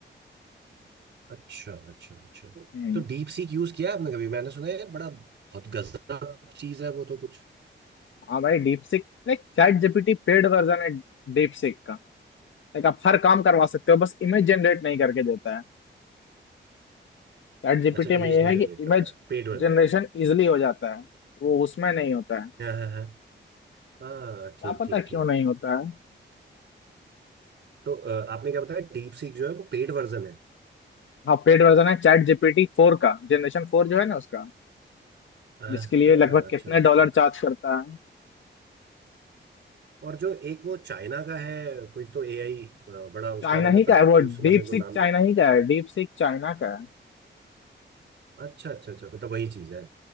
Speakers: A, on the right; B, on the left.
A: अच्छा अच्छा अच्छा
B: हम्म
A: तो डीप सीक यूज किया है आपने कभी मैंने सुना है यार बड़ा बहुत गजब चीज है वो तो कुछ
B: हाँ भाई DeepSeek like ChatGPT paid version है डीप सीख का लाइक आप हर काम करवा सकते हो बस इमेज जनरेट नहीं करके देता है चैट जीपीटी
A: अच्छा इमेज
B: में ये
A: नहीं
B: है
A: जनरेट
B: कि इमेज
A: करता है पेड वर्जन
B: जनरेशन इजिली हो जाता है वो उसमें नहीं होता है
A: हाँ हाँ हाँ हाँ ठीक
B: क्या पता
A: ठीक ठीक
B: क्यों नहीं होता है
A: तो अ, आपने क्या बताया डीप सीक जो है वो पेड वर्जन है
B: हाँ पेड वर्जन है चैट जीपीटी फोर का जनरेशन फोर जो है ना उसका
A: हाँ
B: जिसके लिए
A: हाँ
B: लगभग
A: अच्छा
B: कितने
A: अच्छा
B: डॉलर चार्ज करता है
A: और जो एक वो चाइना का है कुछ तो एआई बड़ा उसका
B: चाइना
A: मैंने
B: ही का
A: तारीफ
B: है वो
A: सुना
B: डीप
A: मेरे को
B: सीक
A: नाम
B: चाइना ही का है डीप सीक चाइना का है
A: अच्छा अच्छा अच्छा मतलब वही चीज है